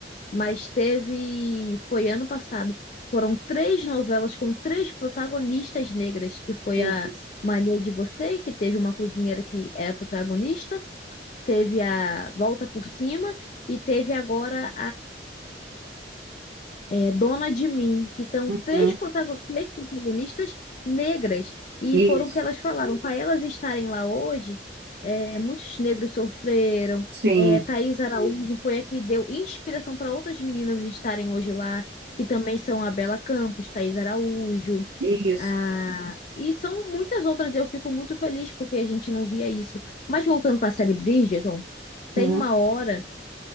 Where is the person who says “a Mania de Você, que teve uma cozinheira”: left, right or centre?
Left